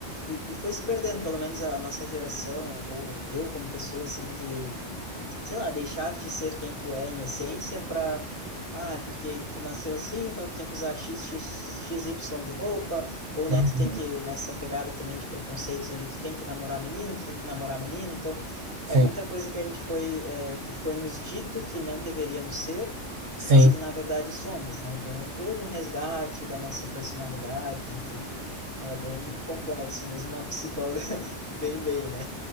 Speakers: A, on the left; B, on the right.
A: e, e foi se perdendo, pelo menos a nossa geração, ou eu como pessoa, assim, de sei lá, deixar de ser quem tu é em essência para, ah, é porque tu nasceu assim, então tu tem que usar x, x, x y de roupa, ou
B: Uhum.
A: né, tu tem que, nessa pegada também de preconceitos ali, tu tem que namorar menino, tu tem que namorar menina, então
B: Sim,
A: é muita coisa que a gente foi, é, que foi nos dito que não deveríamos ser,
B: sim,
A: mas que na verdade somos, né? Então é todo um resgate da nossa personalidade, enfim. É bem complexo, mesmo uma psicóloga <laughs> bem bem, né?